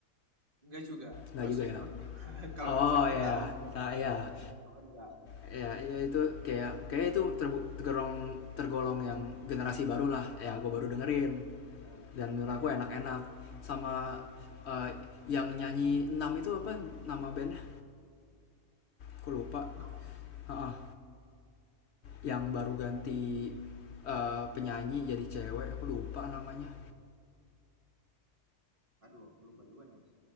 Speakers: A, on the right; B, on the left.
A: enggak juga
B: Nggak
A: kalau
B: juga
A: Slipknot
B: ya.
A: pernah <laughs> kalau
B: Oh
A: Slipknot
B: ya,
A: tahu
B: tak ya.
A: kalau Slipknot kan enggak enggak,
B: ya,
A: enggak pernah
B: ya itu kayak kayak itu terbu- tergolong tergolong yang generasi baru lah ya gue baru dengerin
A: Heeh.
B: dan menurut
A: iya uh, iya
B: aku enak-enak
A: iya
B: sama eh, yang nyanyi 6 itu apa nama bandnya aku lupa
A: enam
B: Heeh, yang baru ganti eh, penyanyi jadi cewek aku lupa namanya
A: Aduh, aku lupa juga nih, Mas.